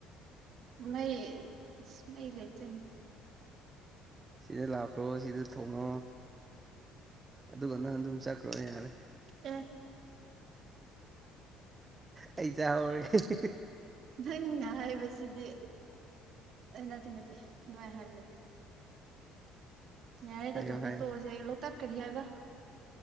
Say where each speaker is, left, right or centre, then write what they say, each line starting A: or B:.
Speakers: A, on the right; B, on the right.
A: ꯃꯩ ꯏꯁ ꯃꯩ ꯂꯩꯇꯦꯅꯦ
B: ꯁꯤꯗ ꯂꯥꯎꯈ꯭ꯔꯣ ꯁꯤꯗ ꯊꯣꯡꯉꯣ ꯑꯗꯨꯒ ꯅꯪ ꯑꯗꯨꯝ ꯆꯠꯈ꯭ꯔꯣ ꯌꯥꯔꯦ
A: ꯑ
B: ꯑꯩ ꯆꯍꯧꯔꯒꯦ
A: ꯅꯪꯅ ꯍꯥꯏꯕꯁꯤꯗꯤ ꯅꯠꯇꯦ ꯅꯠꯇꯦ ꯑꯗꯨꯃꯥꯏ ꯍꯥꯏꯕ ꯅꯠꯇꯦ
B: <inaudible>
A: ꯌꯥꯔꯦꯗ
B: ꯍꯥꯏꯌꯣ
A: ꯇꯣꯛꯄꯤꯛ
B: ꯍꯥꯏꯌꯣ
A: ꯇꯣꯁꯦ ꯂꯣꯛꯇꯥꯛ ꯀꯔꯤ ꯍꯥꯏꯕ